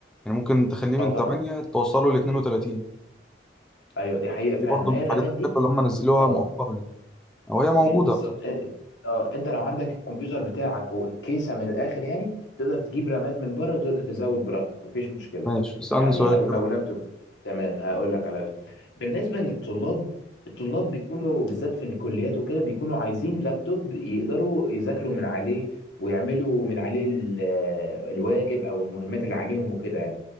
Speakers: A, in the centre; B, on the left.
A: يعني ممكن تخليه من
B: اه طبعا
A: 8 توصله ل 32
B: ايوه دي حقيقه فعلا
A: دي برضو
B: ما
A: من
B: هي
A: الحاجات
B: الرامات
A: الحلوه
B: دي
A: اللي هم نزلوها
B: اه
A: مؤخرا يعني او هي موجوده
B: امم بالظبط
A: طب
B: اه انت لو عندك الكمبيوتر بتاعك والكيسه من الاخر يعني تقدر تجيب رامات من بره وتقدر تزود براحتك مفيش مشكله
A: ماشي اسالني
B: يعني
A: سؤال
B: او
A: كده
B: او لابتوب تمام هقول لك على بالنسبه للطلاب الطلاب بيكونوا بالذات في الكليات وكده بيكونوا عايزين لابتوب يقدروا يذاكروا من عليه ويعملوا من عليه ال- آه، الواجب او المهمات اللي عليهم وكده يعني